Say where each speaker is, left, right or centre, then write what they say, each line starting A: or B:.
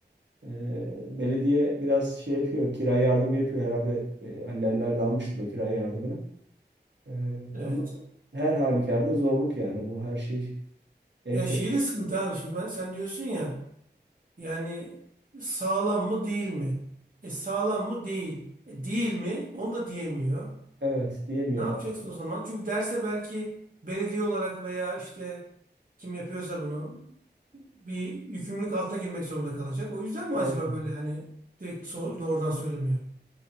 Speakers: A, on the right; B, on the right.
A: E, belediye biraz şey yapıyor, kira yardımı yapıyor herhalde. E, annenler de almıştır o kira yardımını. E,
B: Evet.
A: ama her halükarda zorluk yani bu her şey. Ev
B: Ya
A: taşı.
B: şey de sıkıntı abi. Şimdi ben, sen diyorsun ya yani sağlam mı değil mi? E sağlam mı değil. E, değil mi? Onu da diyemiyor.
A: Evet diyemiyorum
B: Ne yapacaksın
A: artık.
B: o zaman? Çünkü derse belki belediye olarak veya işte kim yapıyorsa bunu bir yükümlülük altına girmek zorunda kalacak. O yüzden mi
A: Evet.
B: acaba böyle hani direkt so- doğrudan söylemiyor?